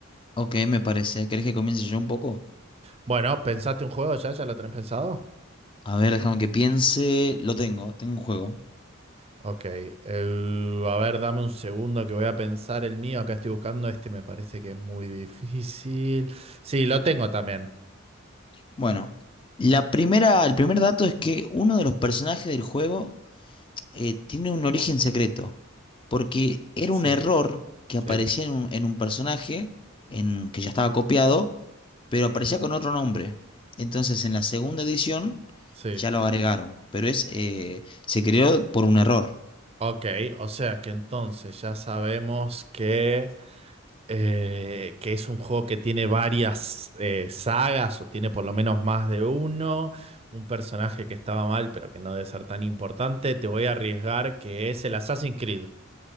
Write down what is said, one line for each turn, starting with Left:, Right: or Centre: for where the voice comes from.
Left: Ok, me parece. ¿Querés que comience yo un poco?
Right: Bueno, ¿pensaste un juego ya? ¿Ya lo tenés pensado?
Left: A ver, déjame que piense. Lo tengo, tengo un juego.
Right: Ok, eh, a ver, dame un segundo que voy a pensar el mío. Acá estoy buscando, este me parece que es muy difícil. Sí, lo tengo también.
Left: Bueno, la primera, el primer dato es que uno de los personajes del juego eh, tiene un origen secreto, porque era
Right: Sí,
Left: un error que
Right: sí,
Left: aparecía en un, en un personaje en, que ya estaba copiado, pero aparecía con otro nombre. Entonces, en la segunda edición
Right: sí.
Left: ya lo agregaron, pero es eh, se creó por un error.
Right: Ok, o sea que entonces ya sabemos que, eh, que es un juego que tiene varias eh, sagas o tiene por lo menos más de uno, un personaje que estaba mal pero que no debe ser tan importante. Te voy a arriesgar que es el Assassin's Creed.